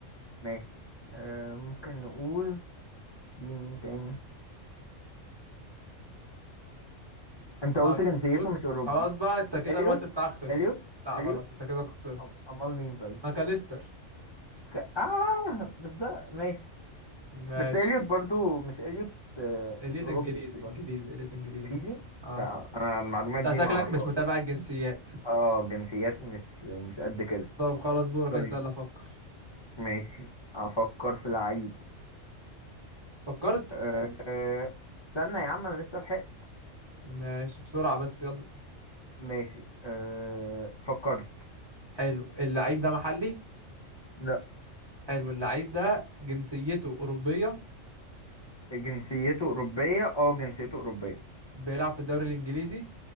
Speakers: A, on the left; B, on the right.
A: ماشي آه، ممكن نقول في مين تاني انت قلت
B: طيب
A: جنسيته
B: بص
A: مش أوروبي
B: خلاص بقى انت كده
A: اليوت
B: الوقت بتاعك خلص
A: اليوت
B: لا
A: اليوت
B: غلط انت كده خسرت
A: أم- امال مين طيب
B: ماكاليستر
A: اوكي اه بس ده ماشي
B: ماشي
A: بس اليوت برضو مش اليوت آه،
B: إليت
A: مش أوروبي
B: إنجليزي
A: برضو
B: إنجليزي إليت إنجليزي
A: انجليزي
B: أه
A: لا انا المعلومات
B: أنت
A: دي
B: شكلك
A: ما اعرفهاش
B: مش متابع الجنسيات
A: اه الجنسيات مش مش قد كده
B: طب خلاص دورك
A: طيب
B: أنت يلا فكر
A: ماشي افكر في لعيب
B: فكرت
A: أه آه، استنى يا عم انا لسه لحق
B: ماشي بسرعة بس يلا
A: ماشي أه فكرت
B: حلو اللعيب ده محلي
A: لا
B: حلو اللعيب ده جنسيته أوروبية
A: جنسيته اوروبيه اه جنسيته اوروبيه
B: بيلعب في الدوري الإنجليزي